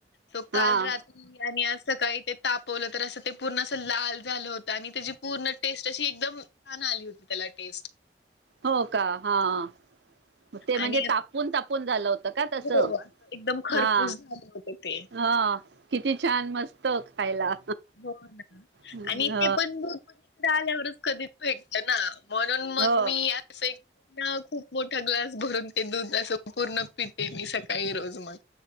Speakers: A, on the left; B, on the right.
A: सो काल
B: हा
A: रात्री आणि आज सकाळी ते तापवलं तर असं ते पूर्ण अस लाल झालं होतं, आणि त्याची पूर्ण टेस्ट अशी एकदम छान अली होती, त्याला टेस्ट.
B: हो का, हा ते म्हणजे
A: आणि
B: तापवून तापवून झालं होत. का, तस
A: हो एकदम खरपूस
B: हा
A: झालं होतं ते
B: हा किती छान! मस्त. खायला.
A: हो ना,
B: ह
A: आणि ते पण दुध आल्यावरच कधीच भेटत, ना म्हणून मग
B: हो
A: मी असं ना खूप मोठा ग्लास भरून ते दूध असं पूर्ण पिते मी सकाळी रोज मग.